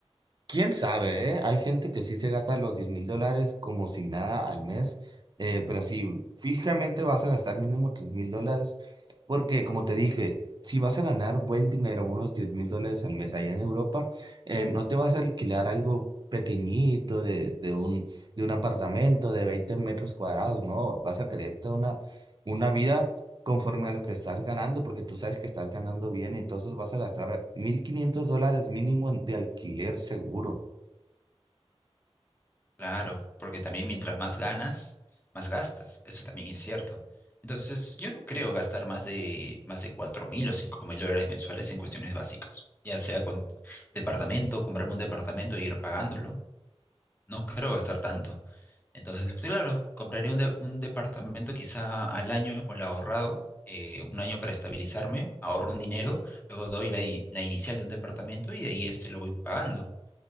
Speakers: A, on the right; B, on the left.
A: Quién sabe, ¿eh? Hay gente que sí se gasta los diez mil dólares como si nada al mes, eh, pero si físicamente vas a gastar mínimo tres mil dólares, porque como te dije, si vas a ganar buen dinero, unos diez mil dólares al mes allá en Europa, eh, no te vas a alquilar algo pequeñito de, de un, de un apartamento de 20 metros cuadrados, no, vas a creerte una, una vida conforme a lo que estás ganando, porque tú sabes que estás ganando bien, entonces vas a gastar 1.500 dólares mínimo en- de alquiler seguro.
B: Claro, porque también mientras más ganas, más gastas. Eso también es cierto. Entonces, yo no creo gastar más de más de cuatro mil o cinco mil dólares mensuales en cuestiones básicas, ya sea con departamento, comprarme un departamento e ir pagándolo. No creo gastar tanto. Entonces, sí, claro, compraré un, de- un departamento quizá al año con lo ahorrado, eh, un año para estabilizarme, ahorro un dinero, luego doy la, i- la inicial de un departamento y de ahí este lo voy pagando